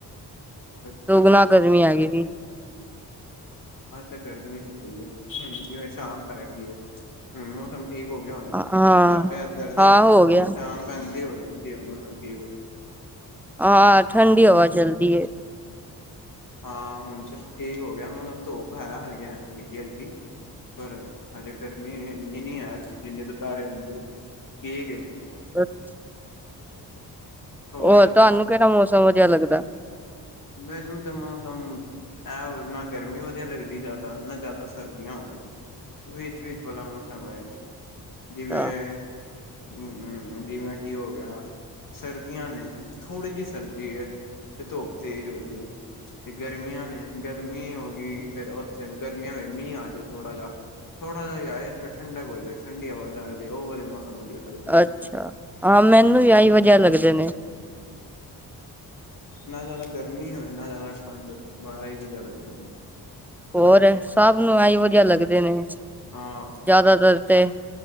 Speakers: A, on the left (about 50°); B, in the centre.
A: ਅੱਛਾ
B: ਦੁਗਣਾ ਗਰਮੀ ਹੈਗੀ ਈ ਸੀ।
A: ਅੱਜ ਤਾਂ ਗਰਮੀ ਹੈਈ ਐ, ਹੁਣ ਜਿਵੇਂ ਸ਼ਾਮ ਪੈ ਗਈ ਐ, ਹੁਣ ਮੌਸਮ ਠੀਕ ਹੋ ਗਿਆ ਹੋਣਾ,
B: ਹਾਂ
A: ਸਾਡੇ ਏਧਰ ਤੇ,
B: ਹਾਂ ਹੋ ਗਿਆ
A: ਸ਼ਾਮ ਪੈਂਦੀ ਹੋ ਜਾਂਦੀ ਆ ਮੌਸਮ ਠੀਕ।
B: ਆ, ਠੰਡੀ ਹਵਾ ਚੱਲਦੀ ਏ।
A: ਹਾਂ ਹੁਣ ਚ' ਠੀਕ ਹੋ ਗਿਆ, ਹੁਣ ਮੌਸਮ ਧੁੱਪ ਹੈ ਆ ਹਲਕ, ਹਲਕੀ-ਹਲਕੀ। ਪਰ, ਆਡੇ ਗਰਮੀ ਐਨੀ ਨੀਂ ਐ, ਜਿੰਨੀ ਦੁਪਹਿਰੇ ਹੁੰਦੀ ਏ, ਠੀਕ ਆ
B: ਅੱਛ!
A: ਹੋਰ
B: ਔਰ
A: ਦੱਸੋ
B: ਤੁਹਾਨੂੰ ਕਿਹੜਾ ਮੌਸਮ ਵਧੀਆ ਲੱਗਦਾ?
A: ਮੈਨੂੰ ਤਾਂ ਮੌਸਮ, ਐ ਨਾਂ ਗਰਮੀ ਵਧੀਆ ਲੱਗਦੀ ਜਾਦਾ, ਨਾਂ ਜਾਦਾ ਸਰਦੀਆਂ ਹੋਨ। ਵਿਚ-ਵਿਚ ਵਾਲਾ ਮੌਸਮ ਹੋਵੇ, ਜਿਵੇਂ
B: ਹਾਂ
A: ਅਮ, ਜਿਵੇਂ ਕੀ ਹੋ ਗਿਆ ਸਰਦੀਆਂ ਨੇਂ, ਥੋੜ੍ਹੀ ਜੀ ਸਰਦੀ ਐ, ਤੇ ਧੁੱਪ ਤੇਜ਼ ਹੋ ਗਈ ਏ। ਤੇ ਗਰਮੀਆਂ ਨੇ, ਗਰਮੀ ਹੋ ਗਈ, ਫੇਰ ਉੱਥੇ ਗਰਮੀਆਂ ਹੋ ਮੀਂ ਆ ਜੇ ਥੋੜਾ ਜਾ। ਥੋੜਾ ਜਾ ਆਏ, ਫ਼ੇਰ ਠੰਡਕ ਹੋ ਜਾਏ ਠੰਢੀ ਹਵਾ ਉ ਵਾਲੇ ਮੌਸਮ ਵਧੀਆ ਲੱਗਦੇ
B: ਅੱਛਾ,
A: ਨੇ
B: ਹਾਂ ਮੈਨੂੰ ਐਈ ਵਧੀਆ ਲੱਗਦੇ ਨੇਂ।
A: ਨਾਂ ਜਾਦਾ ਗਰਮੀ ਹੋਏ, ਨਾਂ ਜਾਦਾ ਠੰਢਕ, ਬ ਐ ਈ ਵਧੀਆ ਲੱਗਦੇ ਨੇ।
B: ਹੋਰ, ਸਭ ਨੂੰ ਐ ਈ ਵਧੀਆ ਲੱਗਦੇ ਨੇਂ।
A: ਹਾਂ।
B: ਜਾਦਾਤਰ ਤੇ।